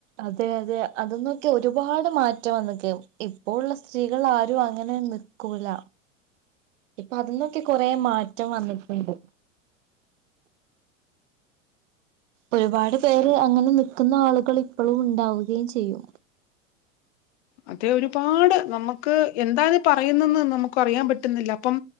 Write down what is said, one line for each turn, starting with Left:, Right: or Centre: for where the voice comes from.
Right: അതെ അതെ അ അതിനൊക്കെ ഒരുപാട് മാറ്റം വന്നിക്ക് ഇപ്പോഴുള്ള സ്ത്രീകൾ ആരും അങ്ങനെ- നിൽക്കൂല ഇപ്പൊ അതിന്നൊക്കെ കൊറെ മാറ്റം വന്നിട്ടുണ്ട് ഒരുപാട് പേര് അങ്ങനെ നിക്കുന്ന ആളുകൾ ഇപ്പോഴും ഉണ്ടാവുകയും ചെയ്യും
Left: അതെ ഒരുപാട് നമുക്ക് എന്താണ് പറയുന്നെന്ന് നമുക്ക് അറിയാൻ പറ്റുന്നില്ല അപ്പം